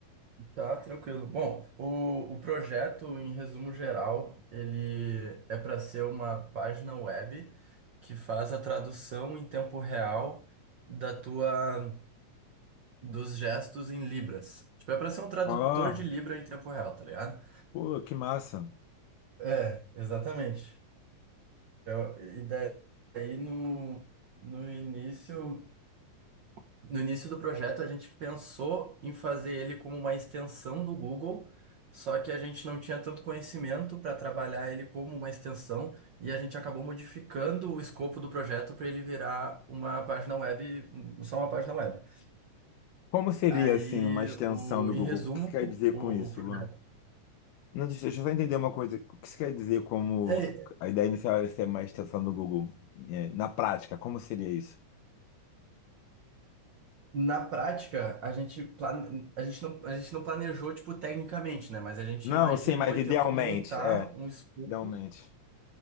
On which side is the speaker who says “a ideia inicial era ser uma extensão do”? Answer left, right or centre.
Left